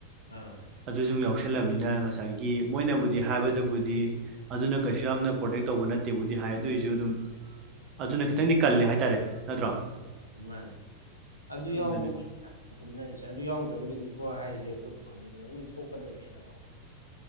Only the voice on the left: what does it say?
ꯑꯥ
ꯎꯝ ꯃꯥꯅꯦ ꯑꯗꯨ ꯌꯥꯎꯕꯒꯤꯅꯤ
ꯎꯞꯅꯔꯤꯁꯦ ꯑꯗꯨ ꯌꯥꯎꯗ꯭ꯔꯒꯗꯤ ꯎꯞꯄ ꯍꯥꯏꯁꯦ ꯑꯩꯈꯣꯏ ꯐꯌꯦꯡ ꯑꯗꯨꯝ ꯁꯣꯛꯀꯗꯕꯅꯦꯅ ꯑꯃꯨꯛ